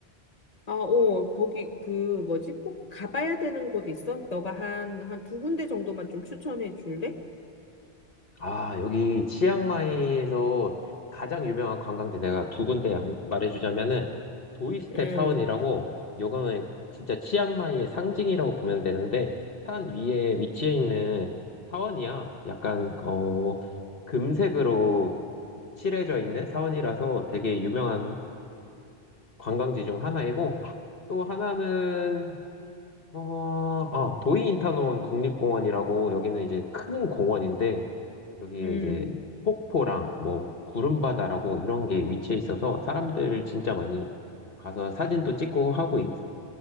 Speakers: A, on the left; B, on the left.
A: 아, 어, 거기 그 뭐지? 꼭 가봐야 되는 곳 있어? 너가 한, 한 두 군데 정도만 좀 추천해 줄래?
B: 아, 여기 치앙마이에서 가장 유명한 관광지 내가 두 군데 알- 말해주자면은 도이스텝
A: 응,
B: 사원이라고 요거는 진짜 치앙마이의 상징이라고 보면 되는데 산 위에 위치해 있는 사원이야. 약간 어 금색으로 칠해져 있는 사원이라서 되게 유명한 관광지 중 하나이고 또 하나는 어, 아, 도이인타논 국립공원이라고 여기는 이제 큰 공원인데 여기에
A: 음,
B: 이제
A: 음.
B: 폭포랑 뭐 구름바다라고 이런 게 위치해 있어서 사람들 진짜 많이 가서 사진도 찍고 하고 있...